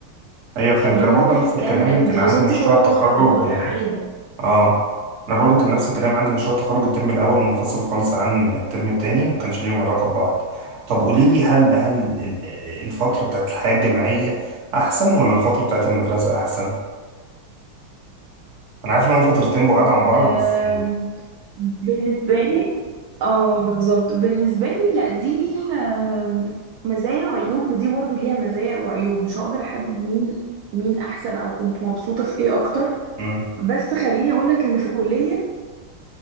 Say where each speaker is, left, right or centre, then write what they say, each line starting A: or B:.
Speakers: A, on the right; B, on the right.
A: أيوه فهمت
B: فاهمني
A: أنا برضه نفس الكلام
B: كان الدراسات
A: كان عندي مشروع
B: دي كلها
A: التخرج
B: خلاص اتوافق عليها
A: اه انا برضو كان نفس الكلام عندي مشروع تخرج الترم الاول منفصل خالص عن الترم التاني ما كانش ليهم علاقه ببعض طب قولي لي هل هل ال- الفتره بتاعت الحياه الجامعيه احسن ولا الفتره بتاعت المدرسه احسن انا عارف ان هم فترتين بعاد عن بعض
B: آم،
A: بس
B: بالنسبة لي اه بالظبط بالنسبة لي لا دي ليها آم، مزايا وعيوب ودي برضو ليها مزايا وعيوب مش هقدر احدد مين مين احسن او كنت مبسوطة في ايه اكتر
A: امم
B: بس خليني اقولك ان في الكلية